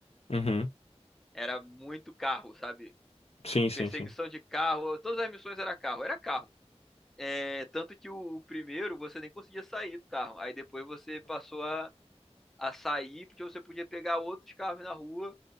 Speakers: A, on the left; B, in the centre.
A: Uhum.
B: Era muito carro, sabe?
A: Sim, sim,
B: Perseguição
A: sim.
B: de carro, todas as missões era carro, era carro. É, tanto que o, o primeiro você nem conseguia sair do carro. Aí depois você passou a, a sair porque você podia pegar outros carros na rua,